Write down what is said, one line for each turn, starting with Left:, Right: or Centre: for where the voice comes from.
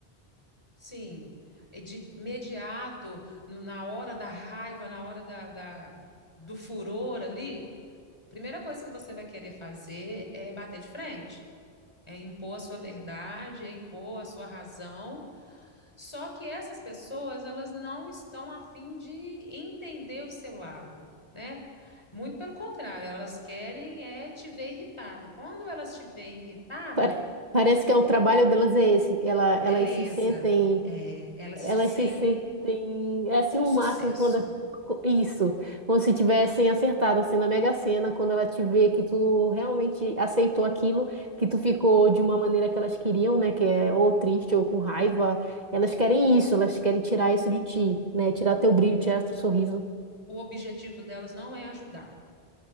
Left: Sim, é de imediato, no- na hora da raiva, na hora da, da- do furor ali, primeira coisa que você vai querer fazer é bater de frente, é impor a sua verdade, é impor a sua razão. Só que essas pessoas, elas não estão a fim de entender o seu lado, né? Muito pelo contrário, elas querem é te ver irritada. Quando elas te veem irritada,
Right: Pare- Parece que é o trabalho delas é esse. Ela, elas
Left: beleza,
Right: se sentem
Left: é, elas
Right: Elas
Left: se sentem
Right: se sentem, é assim,
Left: com
Right: o
Left: sucesso.
Right: máximo quando. Isso, como se tivessem acertado, assim, na Mega Sena, quando ela te vê que tu realmente aceitou aquilo, que tu ficou de uma maneira que elas queriam, né, que é ou triste ou com raiva, elas querem isso, elas querem tirar isso de ti, né, tirar teu brilho, tirar teu sorriso.
Left: O objetivo delas não é ajudar.